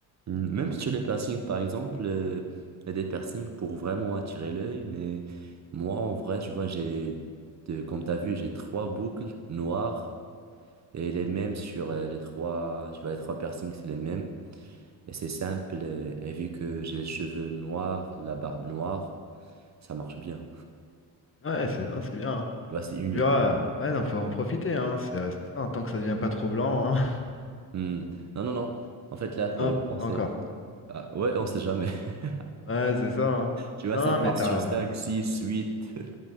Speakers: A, on the right (about 35°); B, on the left (about 30°).
A: Mm, Même sur les piercings, par exemple, euh, il y a des piercings pour vraiment attirer l'œil, mais moi, en vrai, tu vois, j'ai, de- comme tu as vu, j'ai trois boucles noires et les mêmes sur euh, les trois, tu vois, les trois piercings, c'est les mêmes. Et c'est simple, euh, et, vu que j'ai les cheveux noirs, la barbe noire, ça marche bien.
B: Ouais, c'est hein, c'est bien, hein.
A: Tu vois, c'est uni.
B: Tu verras, ouais, non, faut en profiter, hein, c'est euh, c'est ça, hein, tant que ça devient pas trop blanc, hein. <laughs>
A: Mm. Non, non, non. En fait, là, pour
B: Non,
A: le moment,
B: pas
A: c'est...
B: encore.
A: Ah, ouais, on sait jamais. <laughs>
B: Ouais, c'est ça, hein.
A: Tu vois,
B: Non,
A: ça part
B: mais t'as,
A: sur cinq six huit